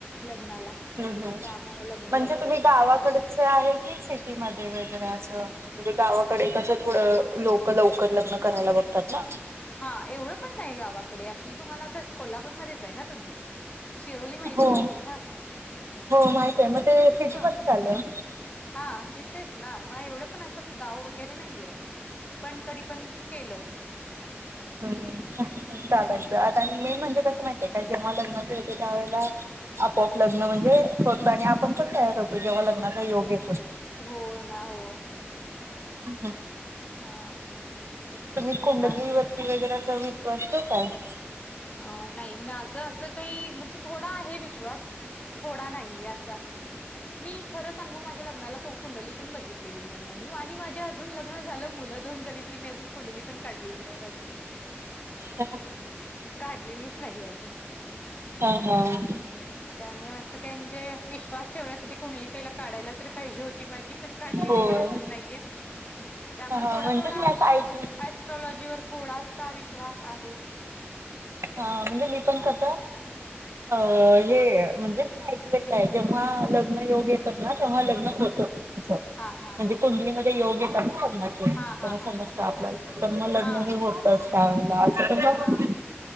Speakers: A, on the left (about 30°); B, on the right (about 75°).
A: लग्नाला
B: ह् ह्
A: त्यामुळे लग्न
B: म्हणजे
A: लवकर
B: तुम्ही
A: झालं
B: गावाकडच आहे कि सिटीमध्येध्ये वगैरे असं. म्हणजे गावाकडे कसं थोडं लोक लवकर लग्न करायला बघतात ना.
A: हा एवढं पण नाही गावाकडे आपलं तुम्हाला आता कोल्हापूरमध्येध्येच आहे ना तुम्ही शिरोली माहितच
B: हो
A: असेल ना
B: हो माहित आहे मग ते सिटीमध्येध्ये
A: हा
B: झालं.
A: हा इथेच ना मग एवढं पण असं गाव वगैरे नाहीय. पण तरी पण केल.
B: हम् चालायचं आता मेन म्हणजे कसं माहितय काय जेव्हा लग्नात येत त्या वेळेला आपोआप लग्न म्हणजे होतं आणि आपण पण तयार होतो जेव्हा लग्नाचा योग आहे.
A: होणा हो.
B: ह हम
A: हा
B: तुम्ही कुंडली
A: आ-
B: वरती वगैरेचा विश्वास ठेवताय काय?
A: अ नाही माझं असं काही म्हणजे थोडं आहे विश्वास थोडा नाही अस आहे मी खरं सांगू माझ्या लग्नाला कौ कुंङली पण बघितलेली नाही आम्ही आणि माझ्या अजून लग्न झालं मुलं दोन झाली तरी मी अजून कुंडली पण काढलेली नाही माझी
B: अ
A: काढलेलीच नाही अजून
B: ह ह
A: ह्म त्यामुळे असं काय म्हणजे विश् श्वास ठेवण्यासाठी कुणली पहिला काढायला तरी पाहिजे होती माझी पण काढलेली
B: होय
A: पण अजून नाहीये. त्यामुळे
B: हा
A: थोडा
B: म्हणजे
A: थोडा
B: मी
A: आपला
B: असं ऐकलं
A: ऍस्ट्रॉलॉजीवरर थोडासा विश्वास आहे.
B: हा म्हणजे मी
A: हा
B: पण
A: हा
B: कस अ हे म्हणजे मी ऐकलेलं आहे जेव्हा लग्न योग येतात ना तेव्हा लग्न होतं. अच्छा
A: हा हा
B: म्हणजे
A: हा
B: कुंडलीमध्ये
A: हा
B: योग येतात ना. समजत
A: हा हा हा
B: आपल्या ब लग्न
A: हा
B: हे होत शाळेला असं पण
A: हा